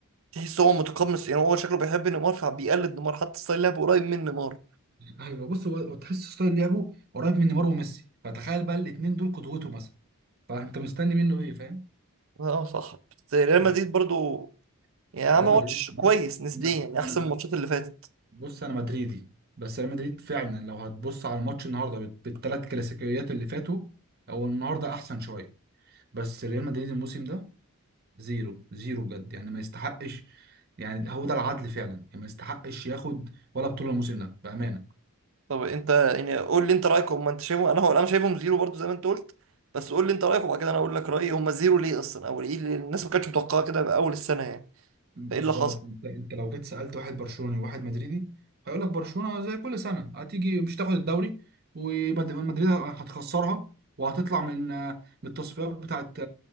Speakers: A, on the right (about 65°); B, on the right (about 45°).
A: تحس هو متقمص يعني هو شكله بيحب نيمار فبيقلد نيمار حتى ستايل لعبه قريب من نيمار
B: ايوه بص هو هو تحس ستايل لعبه قريب من نيمار وميسي فتخيل بقى الاثنين دول قدوته مثلا فانت مستني منه ايه فاهم
A: اه صح بس ريال
B: بف-
A: مدريد برضو يعني عمل
B: ريال مدريد
A: ماتش
B: <laughs> بص
A: كويس نسبيا
B: لا
A: يعني احسن
B: انا
A: من الماتشات اللي فاتت
B: بص انا مدريدي بس ريال مدريد فعلا لو هتبص على الماتش النهارده بالثلاث كلاسيكيات اللي فاتوا هو النهارده احسن شويه بس ريال مدريد الموسم ده زيرو زيرو بجد يعني ما يستحقش يعني هو ده العدل فعلا يعني ما يستحقش ياخد ولا بطولة الموسم ده بأمانة
A: طب انت يعني قول لي انت رايك هم انت شايفهم انا هو انا شايفهم زيرو برضو زي ما انت قلت بس قول لي انت رايك وبعد كده انا اقول لك رايي هم زيرو ليه اصلا او ايه اللي الناس ما كانتش متوقعه كده باول السنه يعني
B: بالظبط
A: فايه اللي حصل
B: انت انت لو جيت سالت واحد برشلوني وواحد مدريدي هيقول لك برشلونه زي كل سنه هتيجي مش هتاخد الدوري ومدريد هتخسرها وهتطلع من من التصفيات بتاعت